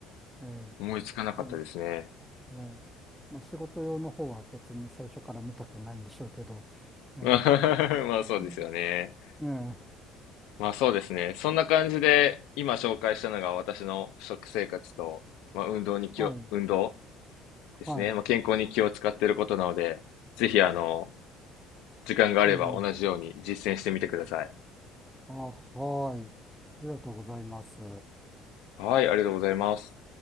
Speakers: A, in the centre; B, on the left (about 75°).
A: ええ
B: 思いつかなかったですね。
A: あの、ええまあ、仕事用の方は別に最初から見たくないんでしょうけど、
B: <laughs>
A: ええ
B: まあそうですよね。
A: うんええ
B: まあそうですね。そんな感じで、今紹介したのが私の食生活と、まあ運動に気を、
A: はい、
B: 運動ですね。
A: はい、
B: まあ健康に気を使っていることなので、ぜひあの、時間があれば同じように実践してみてください。
A: うん、あ、はい、ありがとうございます。
B: はい、ありがとうございます。